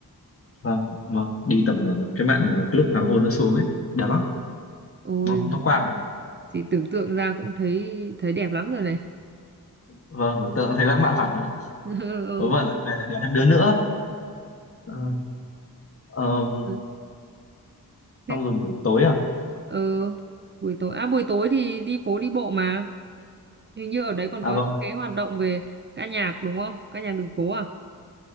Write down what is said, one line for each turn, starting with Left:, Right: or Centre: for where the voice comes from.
Left: vâng vâng đi tầm ờ, cái mạn mà cái lúc hoàng hôn nó xuống ấy đẹp lắm
Right: ôi
Left: nó nó quang
Right: chị tưởng tượng ra cũng thấy thấy đẹp lắm rồi này
Left: vâng tưởng tượng thấy lãng mạn hẳn đúng không ạ
Right: <laughs> ừ,
Left: vớ vẩn là về lại đèo thêm đứa nữa Ờ, ờ,
Right: ừ. thế
Left: xong rồi buổi tối à
Right: ờ buổi tối à buổi tối thì đi phố đi bộ mà Hình như ở đấy còn
Left: à
Right: có
Left: vâng
Right: những cái hoạt động về ca nhạc đúng không? Ca nhạc đường phố à?